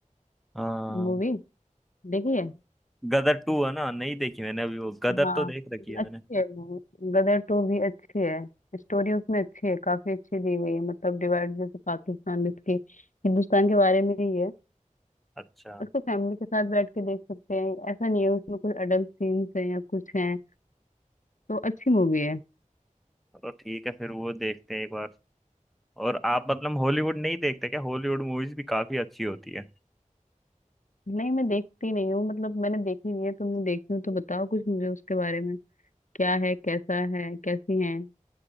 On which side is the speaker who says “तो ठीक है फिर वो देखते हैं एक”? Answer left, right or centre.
Centre